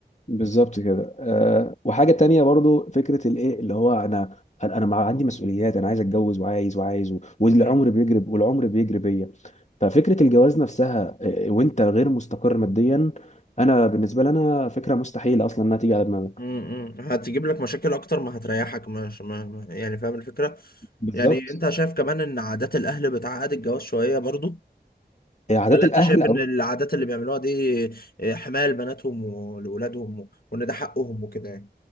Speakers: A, on the left; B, on the left.
A: بالظبط كده أه وحاجه تانية برضو فكره الايه اللي هو انا انا أنا مع عندي مسؤوليات انا عايز اتجوز وعايز وعايز و- والعمر
B: فاهم
A: بيجري والعمر بيجري بيا ففكره الجواز نفسها آه، وانت غير مستقر ماديا انا بالنسبه لي انا فكره مستحيله اصلا انها تيجي على دماغك
B: امم هتجيب لك مشاكل اكتر ما هتريحك مش ما ما- يعني فاهم الفكره
A: بالظبط
B: يعني انت شايف كمان ان عادات الاهل بتعقد الجواز شويه برضو
A: آه، عادات
B: ولا
A: الاهل
B: انت شايف ان العادات اللي بيعملوها دي آه، حمايه لبناتهم ولولادهم وان ده حقهم وكده يعني